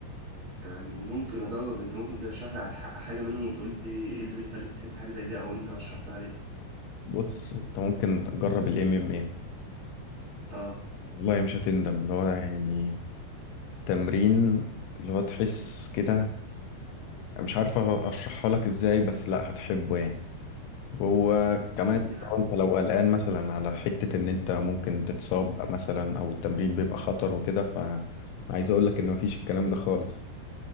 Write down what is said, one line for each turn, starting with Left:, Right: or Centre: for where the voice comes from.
Right: يعني ممكن اجرب انت ممكن ترشح لي على ح- حاجه منهم وتقول لي ايه اللي يخليك تحب حاجه زي دي او انت رشحتها ليه
Left: بص انت ممكن تجرب الام ام ايه
Right: اه
Left: والله مش هتندم اللي هو يعني تمرين اللي هو تحس كده مش عارفه اشرحها لك ازاي بس لا هتحبه يعني وكمان
Right: طب يعني
Left: لو انت لو قلقان مثلا على حتة ان انت ممكن تتصاب مثلا او التمرين بيبقى خطر وكده فعايز اقول لك ان مفيش الكلام ده خالص